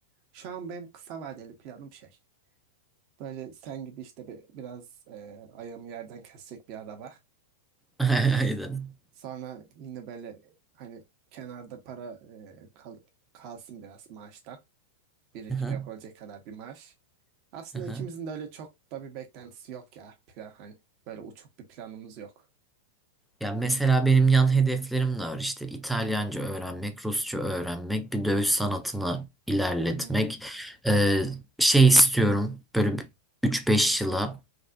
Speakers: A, on the right; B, in the centre.
A: Şu an benim kısa vadeli planım şey. Böyle sen gibi işte bir, biraz e, ayağımı yerden kesecek bir araba.
B: <laughs>
A: S-
B: Aynen.
A: Sonra yine böyle hani kenarda para e, kal- kalsın biraz maaştan. Birikim
B: Aha,
A: yapabilecek kadar bir maaş. Aslında
B: aha.
A: ikimizin de öyle çok da bir beklentisi yok ya. Plan hani böyle uçuk bir planımız yok.
B: Ya mesela benim yan hedeflerim de var işte İtalyanca öğrenmek, Rusça öğrenmek, bir dövüş sanatına ilerletmek.
A: Hmm.
B: E, şey istiyorum böyle üç beş yıla.